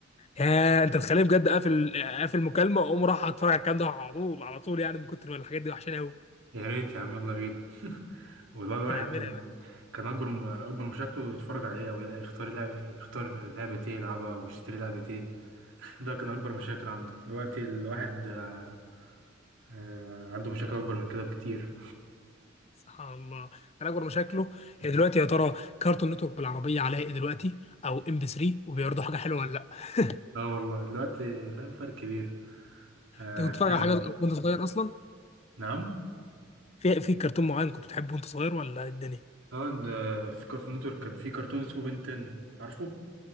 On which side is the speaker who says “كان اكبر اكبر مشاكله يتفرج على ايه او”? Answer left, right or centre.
Right